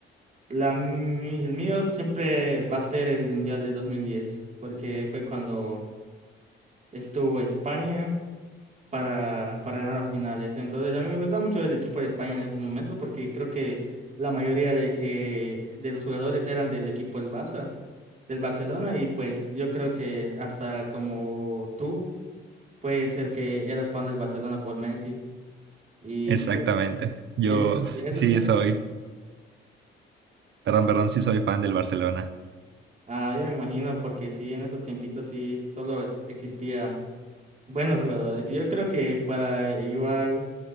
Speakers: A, on the right (about 40°); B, on the right (about 65°).
A: La, mi- el mío siempre va a ser el mundial de 2010, porque fue cuando estuvo España para, para ganar las finales. Entonces, a mí me gusta mucho el equipo de España en esos momentos, porque creo que la mayoría de, que, de los jugadores eran del equipo del Barça. del Barcelona y pues yo creo que hasta como tú puede ser que eras fan del Barcelona por Messi y
B: Exactamente.
A: pues
B: Yo
A: en esos,
B: s-
A: en esos
B: sí
A: tiempos,
B: soy, perdón, perdón, sí soy fan del Barcelona.
A: ah, yo me imagino porque sí, en esos tiempitos sí solo es- existían buenos jugadores y yo creo que para igual